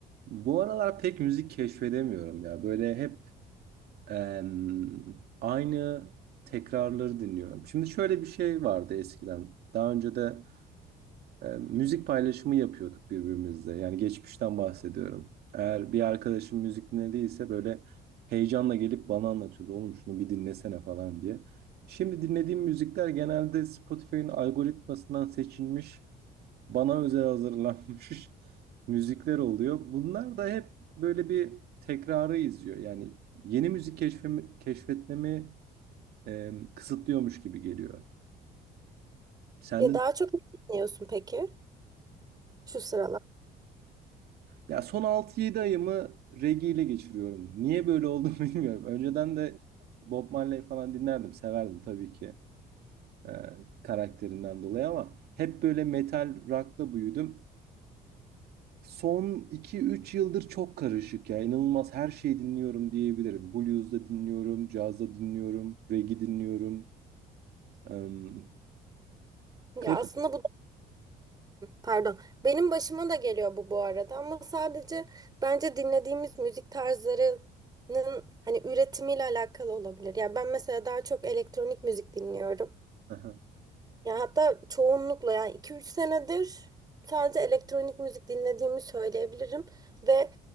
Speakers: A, on the right; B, on the right.
A: Bu aralar pek müzik keşfedemiyorum ya. Böyle hep em, aynı tekrarları dinliyorum. Şimdi şöyle bir şey vardı eskiden. Daha önce de e, müzik paylaşımı yapıyorduk birbirimizle. Yani geçmişten bahsediyorum. Eğer bir arkadaşım müzik dinlediyse böyle heyecanla gelip bana anlatıyordu. Oğlum şunu bir dinlesene falan diye. Şimdi dinlediğim müzikler genelde Spotify'ın algoritmasından seçilmiş, bana özel hazırlanmış <laughs> müzikler oluyor. Bunlar da hep böyle bir tekrarı izliyor. Yani yeni müzik keşfemi, keşfetmemi e, kısıtlıyormuş gibi geliyor. Sen
B: Ya
A: de
B: daha çok ne dinliyorsun peki şu sıralar?
A: Ya son altı yedi ayımı reggae ile geçiriyorum. Niye böyle oldu <laughs> bilmiyorum. Önceden de Bob Marley falan dinlerdim, severdim tabii ki e, karakterinden dolayı ama hep böyle metal rock'la büyüdüm. Son iki üç yıldır çok karışık ya. İnanılmaz her şeyi dinliyorum diyebilirim. Blues da dinliyorum, caz da dinliyorum, reggae dinliyorum. Em,
B: Ya
A: karışık.
B: aslında bu da pardon. Benim başıma da geliyor bu bu arada ama sadece bence dinlediğimiz müzik tarzlarının hani üretimiyle alakalı olabilir. Ya ben mesela daha çok elektronik müzik dinliyorum.
A: <laughs>
B: Yani hatta çoğunlukla yani iki üç senedir sadece elektronik müzik dinlediğimi söyleyebilirim ve